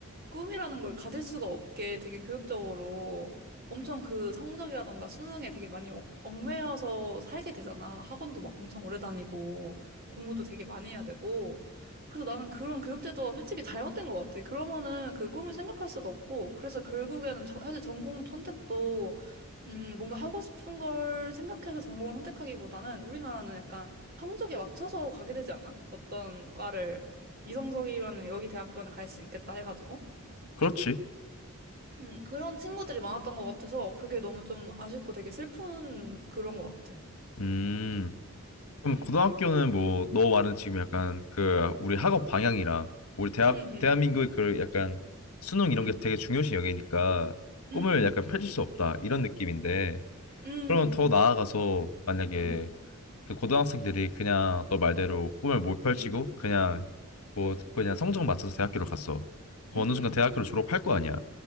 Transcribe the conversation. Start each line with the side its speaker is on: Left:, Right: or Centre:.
Right: 꿈이라는 걸 가질 수가 없게 되게 교육적으로 엄청 그 성적이라던가 수능에 되게 많이 얽- 얽매여서 살게 되잖아. 학원도 막 엄청 오래 다니고 공부도 되게 많이 해야 되고. 그래서 나는 그런 교육제도가 솔직히 잘못된 것 같아. 그러면은 그 꿈을 생각할 수가 없고 그래서 결국에는 저- 사실 전공 선택도 음, 뭔가 하고 싶은 걸 생각해서 전공을 선택하기보다는 우리나라는 약간 성적에 맞춰서 가게 되지 않아? 어떤 과를 이성적이면은 여기 대학교는 갈 수 있겠다 해가지고.
Left: 그렇지.
Right: 음, 그런 친구들이 많았던 것 같아서 그게 너무 좀 아쉽고 되게 슬픈 그런 것 같아.
Left: 음. 그럼
Right: 음,
Left: 고등학교는 뭐 너 말은 지금 약간 그 우리
Right: 음,
Left: 학업 방향이랑 우리 대학
Right: 음, 음,
Left: 대한민국의 그 약간 수능 이런
Right: 음,
Left: 게 되게 중요시 여기니까
Right: 음,
Left: 꿈을 약간 펼칠 수 없다 이런 느낌인데
Right: 음, 음,
Left: 그러면 더 나아가서 만약에
Right: 음, 음,
Left: 그 고등학생들이 그냥 너 말대로 꿈을 못 펼치고
Right: 음,
Left: 그냥 뭐 그냥 성적 맞춰서 대학교를 갔어. 그
Right: 음.
Left: 어느 순간 대학교를
Right: 음.
Left: 졸업할 거 아니야.